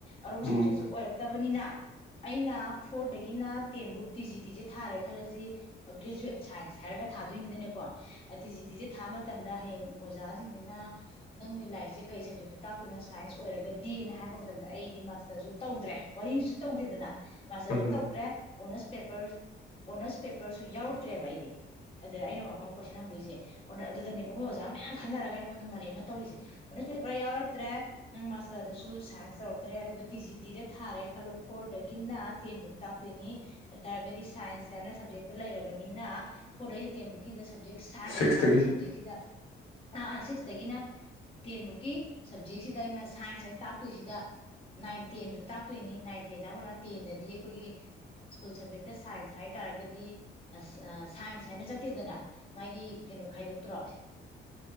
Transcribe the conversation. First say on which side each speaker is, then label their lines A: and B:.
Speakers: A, on the left; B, on the left.
A: ꯑꯔꯧꯕ
B: ꯎꯝ
A: ꯁꯕꯖꯦꯛꯁꯦ ꯑꯣꯏꯔꯛ ꯐꯠꯇꯕꯅꯤꯅ ꯑꯩꯅ ꯐꯣꯔꯗꯒꯤꯅ ꯇꯦꯟꯐꯧ ꯇꯤ ꯖꯤ ꯇꯤꯁꯦ ꯊꯥꯔꯦ ꯈꯜꯂꯁꯤ ꯒ꯭ꯔꯦꯖꯨꯋꯦꯠ ꯁꯥꯏꯟꯁ ꯍꯥꯏꯔꯒ ꯊꯥꯗꯣꯏꯅꯤꯗꯅꯀꯣ ꯇꯤ ꯖꯤ ꯇꯤꯁꯦ ꯊꯥ ꯃꯇꯝꯗ ꯍꯌꯦꯡ ꯑꯣꯖꯥꯁꯤꯡꯁꯤꯅ ꯅꯪꯒꯤ ꯂꯥꯏꯔꯤꯛꯁꯦ ꯀꯔꯤ ꯁꯕꯖꯦꯛꯇ ꯇꯥꯛꯇꯣꯏꯅꯣ ꯁꯥꯏꯟꯁ ꯑꯣꯏꯔꯒꯗꯤꯅ ꯍꯥꯏꯔꯛꯄ ꯃꯇꯝꯗ ꯑꯩꯗꯤ ꯃꯥꯁꯇꯔꯁꯨ ꯇꯧꯗ꯭ꯔꯦ ꯋꯥꯔꯤꯁꯨ ꯇꯧꯗꯦꯗꯅ ꯃꯥꯁꯇꯔꯁꯨ
B: ꯎꯝ
A: ꯇꯧꯗ꯭ꯔꯦ ꯑꯣꯅꯔꯁ ꯄꯦꯄꯔ ꯑꯣꯅꯔꯁ ꯄꯦꯄꯔꯁꯨ ꯌꯥꯎꯔꯛꯇ꯭ꯔꯦꯕ ꯑꯩꯗꯤ ꯑꯗ ꯑꯩꯅ ꯋꯥꯐꯝ ꯀꯣꯏꯁꯟ ꯍꯪꯗꯣꯏꯁꯦ ꯑꯗꯨꯗꯅꯦꯕ ꯃꯣꯏ ꯑꯣꯖꯥ ꯃꯌꯥꯝ ꯈꯅꯔꯒ ꯑꯩꯉꯣꯟꯗ ꯃꯔꯩ ꯑꯃ ꯇꯧꯔꯤꯁꯦ ꯑꯣꯅꯁ ꯄꯦꯄꯔ ꯌꯥꯎꯔꯛꯇ꯭ꯔꯦ ꯅꯪ ꯃꯥꯁꯇꯔꯗꯁꯨ ꯁꯥꯏꯟꯁ ꯇꯧꯔꯛꯇ꯭ꯔꯦ ꯑꯗꯨꯒ ꯇꯤ ꯖꯤ ꯇꯤꯗ ꯊꯥꯔꯦ ꯈꯜꯂꯣ ꯐꯣꯔꯗꯒꯤꯅ ꯇꯦꯟ ꯕꯨꯛ ꯇꯥꯛꯇꯣꯏꯅꯤ ꯑꯗꯨ ꯑꯣꯏꯇꯔꯒꯗꯤ ꯁꯥꯏꯟꯁ ꯍꯥꯏꯅ ꯁꯕꯖꯦꯛꯇ ꯂꯩꯔꯕꯅꯤꯅ ꯐꯣꯔꯗꯒꯤ ꯇꯦꯟꯕꯨꯛꯀꯤꯗ <unintelligible> ꯁꯥꯏꯟꯁ
B: ꯁꯤꯛꯁꯇꯒꯤ
A: ꯍꯥꯏꯕ ꯁꯕꯖꯦꯛꯁꯤꯗ ꯑꯥ ꯑꯥ ꯁꯤꯛꯁꯇꯒꯤꯅ ꯇꯦꯟꯕꯨꯛꯀꯤ ꯁꯞꯖꯦꯛꯁꯤꯗ ꯑꯩꯅ ꯁꯥꯏꯟꯁ ꯍꯥꯏꯅ ꯇꯥꯛꯇꯣꯏꯁꯤꯗ ꯅꯥꯏꯟ ꯇꯦꯟꯁꯨ ꯇꯥꯛꯇꯣꯏꯅꯤ ꯅꯥꯏꯟ ꯇꯦꯟ ꯇꯥꯛꯈꯄꯅ ꯇꯦꯟꯗꯗꯤ ꯑꯩꯈꯣꯏꯒꯤ ꯁ꯭ꯀꯨꯜ ꯁꯕꯖꯦꯛꯇ ꯁꯥꯏꯟꯁ ꯍꯥꯏ ꯇꯥꯔꯒꯗꯤ ꯑꯁ ꯁꯥꯏꯟꯁ ꯍꯥꯏꯅ ꯆꯠꯇꯦꯗꯅ ꯃꯥꯒꯤ ꯀꯩꯅꯣ ꯈꯥꯏꯗꯣꯛꯇ꯭ꯔꯣ